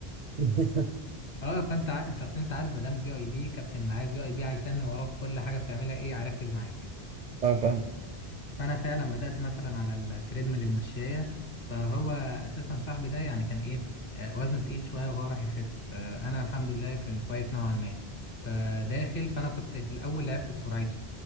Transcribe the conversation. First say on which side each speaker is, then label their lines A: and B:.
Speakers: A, on the right (about 55°); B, on the left (about 60°).
A: <laughs>
B: اه فانت ع- انت اصل انت عارف ما دام في اي بي كابتن معاك في اي بي هيتن وراك كل حاجه بتعملها ايه هيركز معاك
A: اه فاهم
B: فانا فعلا بدات مثلا على التريدميل المشايه فهو اساسا صاحبي ده يعني كان ايه آه، وزنه تقيل شويه وهو راح يخس فانا الحمد لله كان كويس نوعا ما فداخل فانا كنت في الاول لعبت بسرعته